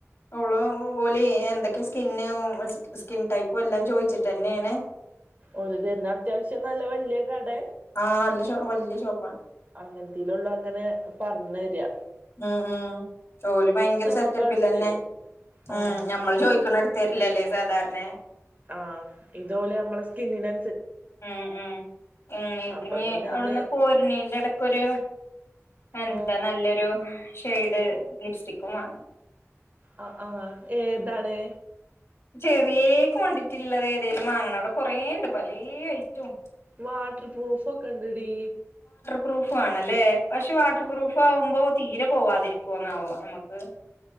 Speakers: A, on the left; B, on the right.
A: ഓളോ പോലെ എന്തെക്കെ സ്കിന്ന് സ്കിൻ ടൈപ്പും എല്ലാം ചോയിച്ചിട്ടെന്നെയാണ്
B: ഒല് തന്നെ അത്യാശ്യം നല്ല വല്യ കടേ?
A: ആ നല്ല വല്യ ഷോപ്പാണ്
B: അങ്ങനത്തീലൊള്ളൂ അങ്ങനെ പറണ്ണരെ
A: ഉം ഉം ജോലി ഭയങ്കര
B: നമ്മക്ക്
A: സെറ്റപ്പിലെന്നെ
B: എടുത്തരും
A: ഉം
B: ആഹ്
A: ഞമ്മൾ ചോ <unintelligible> എടുത്തരില്ലല്ലേ സാധാരണ
B: ആ ഇതോലെ നമ്മള് സ്കിന്നിനൊ
A: ഉം ഉം ഉം എനിക്ക്
B: അപ്പൊ
A: നീ
B: പിന്നെ
A: അവിടുന്ന്
B: അത്
A: പോര്നീന്റെ ഇടക്കൊരു എന്താ
B: ആഹ്
A: നല്ലൊരു ഷെയ്ഡ് ലിപ്സ്റ്റിക്കുംമാണം
B: ആ ആഹ് ഏ എന്താണേ
A: ചെറിയ ക്വാണ്ടിറ്റിള്ളത് ഏതേങ്കലും വാങ്ങണ അവിടെ കൊറേ ഉണ്ട് പലേ ഐറ്റവും
B: വാട്ടർ പ്രൂഫ് ഒക്കെണ്ടടി
A: പ്രൂഫാണല്ലേ ക്ഷേ വാട്ടർപ്രൂഫ് ആവുമ്പോൾ തീ പോവാതിരിക്കുന്നാവോ നമുക്ക്